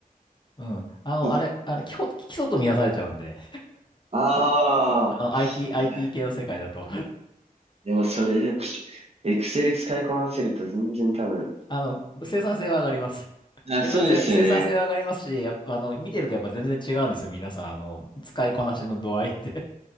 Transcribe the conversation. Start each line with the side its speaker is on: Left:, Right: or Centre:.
Left: うん。あの、
Right: いや
Left: あれ、あの、基本、基礎と見なされちゃうんで、
Right: あ
Left: あの、IT、
Right: あ、
Left: IT
Right: いや、
Left: 系の世界だと。
Right: でもそれでも、Excel 使いこなせると全然多分。
Left: あの、生産性は上がります。
Right: あ、
Left: 生産性、
Right: そうですよね。
Left: 生産性は上がりますし、やっぱあの、見てるとやっぱ全然違うんですよ。皆さん、あの、使いこなしの度合いって